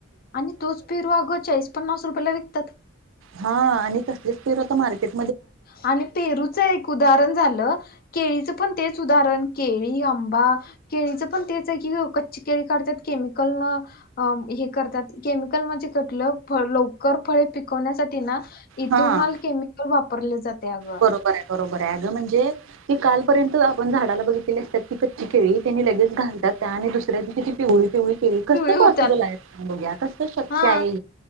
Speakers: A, on the left; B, on the right.
A: आणि तोच पेरवा अगोर चाळीस पन्नास रुपयाेला विकतात
B: हा आणि तसलीच फिर होत मार्केट
A: आणि पेरूच एक उदाहरण झालं केळीचं पण तेच उदाहरण केळी आंबा केळीचं पण तेच आहे की कच्ची केळी काढतात केमिकल न करतात केमिकल म्हण कटलं लवकर फळे पिकवण्यासाठी ना इथून
B: हा
A: आल केमिकल वापरले जाते अगं
B: बरोबर आहे बरोबर आहे अग म्हणजे की कालपर्यंत आपण झाडाला बघितली असतात की कच्ची केळी त्यांनी लगेच घालतात त्या आणि दुसऱ्या दिशीती पवळी तेव कस
A: पिवळी होतात
B: पॉसिबल आहे बघ्या कस शक्य
A: हा
B: आहे